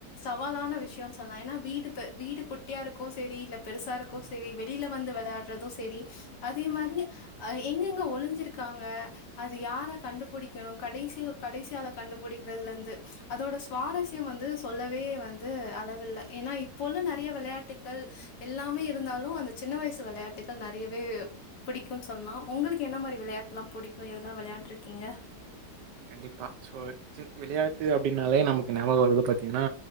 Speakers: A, on the left; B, on the right.
A: சவாலான விஷ்யோன் சொல்லா ஏன்னா வீடு பெ வீடு குட்டியா இருக்கோ செரி இல்ல பெருசா இருக்கோ
B: ம்
A: செரி வெளில வந்து வெளயா ட்றது செரி அதே
B: ம்
A: மாரி அ எ ங்க ஒளிஞ்சிருக் சிருக்காங்க அது யார கண்டுபுடிக்கணு கடைசி கடைசி ஆள கண்டுபிடிக்கிறதுல இந்து அதோட சுவாரஸ்யம் வந்து சொல்லவே வந்து அளவில்ல ஏன்னா இப்போ உள்ள நெறைய வெளையாட்டுக்கள் எல்லாமே இருந்தாலு அந்த சின்ன வய்சு வெளையாட்டுக்கள் நெறயவே பிடிக்கு சொல்லா உங்களுக்கு என்ன மாரி விளையாட் டுலா புடிக்கு எதனா வெளாய்ண்டுருக்கீங்க
B: கண்டிப்பா சோ <unintelligible> விளையாட்டு அப்டினாலே நமக்கு ஞாபகோ வருது பா த்தீங்ன்னா